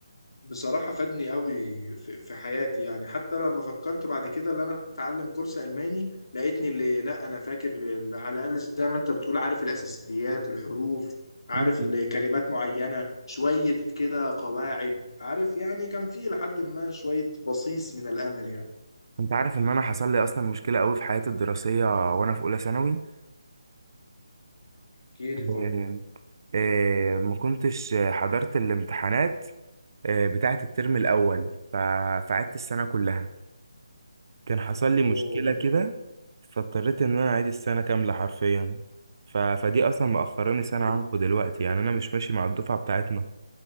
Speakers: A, on the left; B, on the right.
A: بصراحه فادني قوي في, في حياتي يعني حتى لما فكرت بعد كده ان انا اتعلم كورس الماني لقيتني اللي لا انا فاكر اللي على الاقل زي ما انت بتقول عارف الاساسيات الحروف عارف
B: <laughs>
A: الكلمات معينه شويه كده قواعد عارف يعني كان في لحد ما شويه بصيص من الامل يعني
B: انت عارف ان انا حصل لي اصلا مشكله قوي في حياتي الدراسيه وانا في اولى ثانوي
A: احكي لي طيب
B: آه، آه، ما كنتش حضرت الامتحانات آه، بتاعة الترم الأول ف- فقعدت السنة كلها كان حصل لي
A: اوه
B: مشكلة كده فاضطريت إن أنا أعيد السنة كاملة حرفيا ف... فدي أصلا مأخراني سنة
A: ايوه
B: عنكم دلوقتي يعني أنا مش ماشي مع الدفعة بتاعتنا